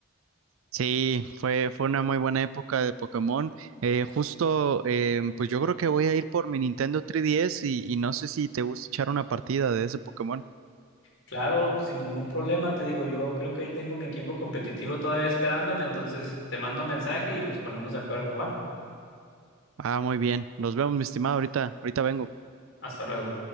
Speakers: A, on the right (about 75°); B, on the left (about 65°).
A: Sí, fue, fue una muy buena época de Pokémon. Eh, justo, eh, pues yo creo que voy a ir por mi Nintendo 3DS y, y no sé si te gusta echar una partida de ese Pokémon.
B: Claro, sin ningún problema, te digo, yo creo que ahí tengo mi equipo competitivo todavía esperándome, entonces te mando mensaje y nos ponemos de acuerdo, ¿va?
A: Ah, muy bien. Nos vemos, mi estimado. Ahorita, ahorita vengo.
B: Hasta luego.